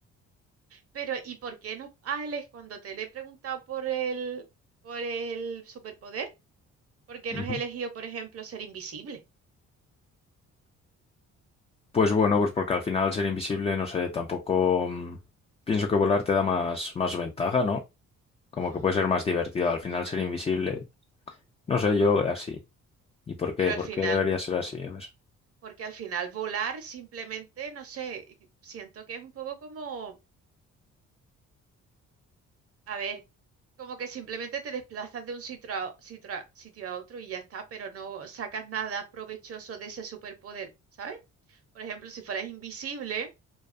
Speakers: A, on the right; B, on the left.
A: Pero, ¿y por qué no, Ángeles, cuando te le he preguntado por el, por el superpoder, por qué
B: Ujú.
A: no has elegido, por ejemplo, ser invisible?
B: Pues bueno, pues porque al final ser invisible, no sé, tampoco mm, pienso que volar te da más, más ventaja, ¿no? Como
A: Mm,
B: que puede ser más divertido. Al final ser invisible, no sé, yo lo veo así. ¿Y por qué?
A: pero al
B: ¿Por
A: final,
B: qué debería ser así? A ver.
A: porque al final volar simplemente, no sé, siento que es un poco como A ver, como que simplemente te desplazas de un sitio a, sitio a- sitio a otro y ya está, pero no sacas nada provechoso de ese superpoder, ¿sabes? Por ejemplo, si fueras invisible,